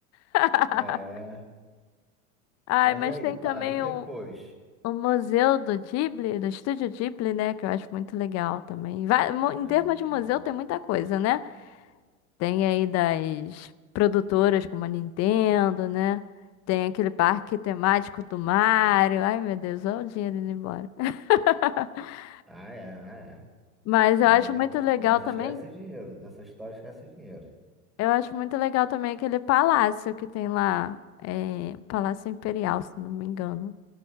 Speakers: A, on the left; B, in the centre.
A: <laughs>
B: É.
A: Ai,
B: Mas
A: mas
B: e aí?
A: tem
B: Tá,
A: também
B: e depois?
A: o, o Museu do Ghibli, do Estúdio Ghibli, né? Que eu acho muito legal também. Vai- mu- em
B: Ah,
A: termos
B: né?
A: de museu, tem muita coisa, né? Tem aí das produtoras como a Nintendo, né? Tem aquele parque temático do Mario. Ai, meu Deus, olha o dinheiro indo embora. <laughs>
B: Ah, é, ah, é.
A: Mas
B: Mas,
A: eu acho
B: depois,
A: muito legal
B: mas
A: também.
B: esquece dinheiro. Nessa história, esquece dinheiro.
A: Eu acho muito legal também aquele palácio que tem lá. é, Palácio Imperial, se não me engano.